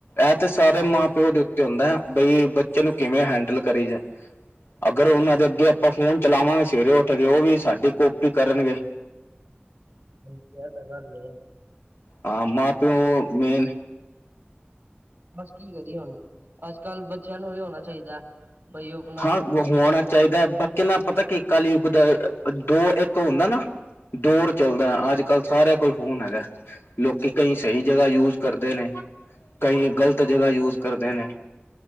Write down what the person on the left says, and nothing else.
ਇਹ ਤੇ ਸਾਰੇ
ਮਾਂ
ਪਿਓ ਦੇ ਉੱਤੇ ਹੁੰਦਾ ਹੈ ਬਈ ਬੱਚੇ ਨੂੰ ਕਿਵੇਂ ਹੈਂਡਲ ਕਰੀਦਾ। ਅਗਰ ਉਹਨਾਂ ਦੇ ਅੱਗੇ ਆਪਾਂ ਫੋਨ ਚਲਾਵਾਂਗੇ ਸਵੇਰੇ ਉੱਠ ਕੇ ਉਹ ਵੀ ਸਾਡੀ ਕਾਪੀ ਕਰਨਗੇ
ਹਾਂ ਮਾਂ ਪਿਉ ਮੇਨ
ਹਾਂ ਉਹ
ਹੋਣਾ
ਚਾਹੀਦਾ ਬਾਕੀ ਨਾ ਪਤਾ ਕਿ ਕਾਲਯੁੱਗ ਦਾ ਦੋ ਇੱਕ ਹੁੰਦਾ ਨਾ ਦੋਰ ਚੱਲਦਾ ਅੱਜ ਕੱਲ੍ਹ ਸਾਰਿਆਂ ਕੋਲ ਫੋਨ ਹੈਗਾ ਲੋਕੀ ਕਈ ਸਹੀ ਜਗ੍ਹਾ ਯੂਜ ਕਰਦੇ ਨੇ ਕਈ ਗ਼ਲਤ ਜਗ੍ਹਾ ਯੂਜ ਕਰਦੇ ਨੇ